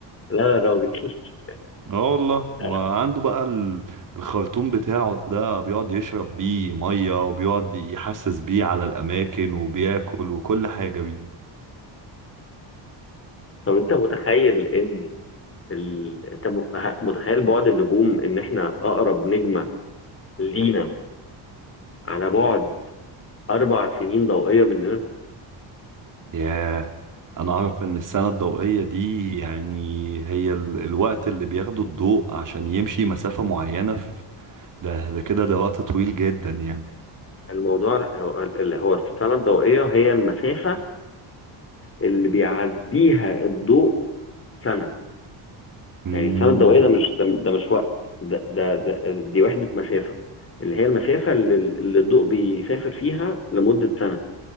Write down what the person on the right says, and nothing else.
اه والله وعنده
بقى ال- الخرطوم بتاعه ده بيقعد يشرب بيه مية وبيقعد يحسس بيه على الأماكن وبياكل وكل حاجة بيه
ياه انا اعرف ان السنة الضوئية دي يعني هي ال- الوقت اللي بياخده الضوء عشان يمشي مسافة معينة ده ده كده ده وقت طويل جدا يعني
مم.